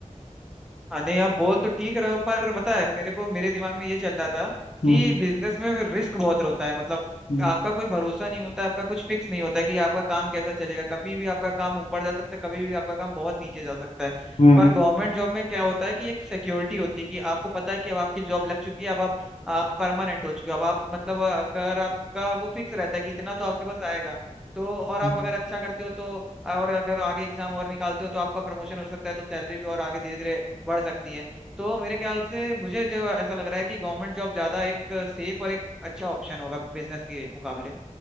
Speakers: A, in the centre; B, on the left (about 60°).
A: अरे आप बोल तो ठीक रहे हो पर पता है मेरे को मेरे दिमाग में ये चल रहा था
B: हम्म
A: कि बिजनेस में रिस्क बहुत होता है मतलब
B: हम्म
A: आपका कोई भरोसा नहीं होता आपका कुछ फिक्स नहीं होता है कि आपका काम कैसा चलेगा कभी भी आपका काम ऊपर जा सकता है कभी भी आपका काम बहुत नीचे जा सकता है
B: हम्म
A: पर गवर्नमेंट जॉब में क्या होता है कि एक सिक्योरिटी होती है कि आपको पता है कि अब आपकी जॉब लग चुकी है अब आप आप परमानेंट हो चुके हो अब आप मतलब अगर आपका वो फिक्स रहता है कि इतना तो आपके पास आएगा तो और
B: हम्म।
A: आप अगर अच्छा करते हो तो और अगर आगे एग्जाम और निकालते हो तो आपका प्रमोशन हो सकता है तो सैलरी भी और आगे धीरे धीरे बढ़ सकती है तो मेरे ख्याल से मुझे जो ऐसा लग रहा है कि गवर्नमेंट जॉब ज्यादा एक सेफ और एक अच्छा ऑप्शन होगा बिजनेस के मुकाबले